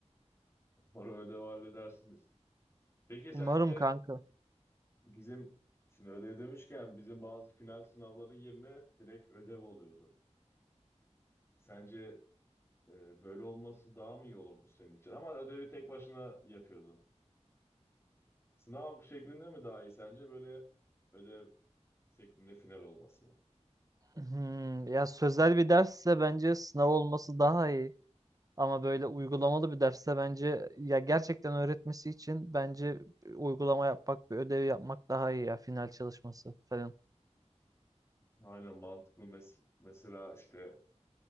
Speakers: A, on the left; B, on the right.
A: Umarım ödevi halledersiniz. Peki
B: Umarım
A: sence
B: kanka.
A: bizim şimdi ödev demişken bizim bazı final sınavları yerine direkt ödev oluyordu. Sence e, böyle olması daha mı iyi olurdu senin için? Ama ödevi tek başına yapıyordun. Sınav şeklinde mi daha iyi sence böyle ödev şeklinde final olması mı?
B: Hmm, ya sözel bir dersse bence sınav olması daha iyi. Ama böyle uygulamalı bir dersse bence ya gerçekten öğretmesi için bence uygulama yapmak, bir ödev yapmak daha iyi ya final çalışması falan.
A: Aynen mantıklı. Mes- mesela işte